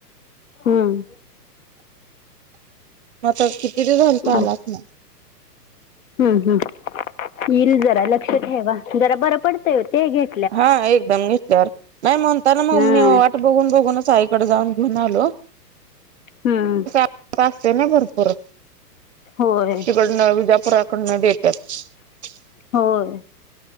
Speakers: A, on the left (about 50°); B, on the right (about 45°).
A: हम्म
B: मता किती झा चा
A: अ
B: आलात ना
A: हम्म हम्म येईल जरा लक्ष ठेवा जरा बरं पडतय ते घ
B: हा एकदम घेतल्यावर नाही म्हणता ना मग
A: हम्म
B: मी वाट बघून बघूनच साईकडे जाऊन घेऊन आलो.
A: हम्म
B: असतेय ना भरपूर
A: होय
B: तिकडनं विजापुराकडन देत तेत
A: होय